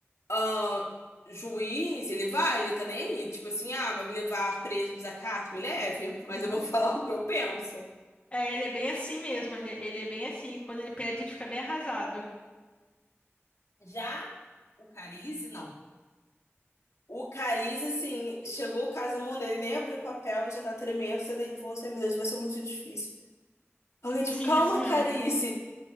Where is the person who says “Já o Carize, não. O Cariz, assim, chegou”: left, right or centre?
Left